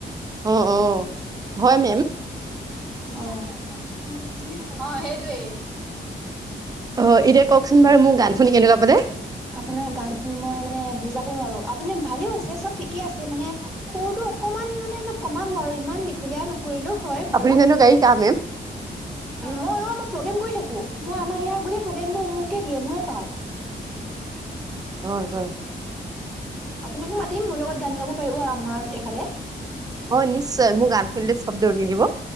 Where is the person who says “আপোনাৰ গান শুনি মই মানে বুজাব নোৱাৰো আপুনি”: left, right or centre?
Centre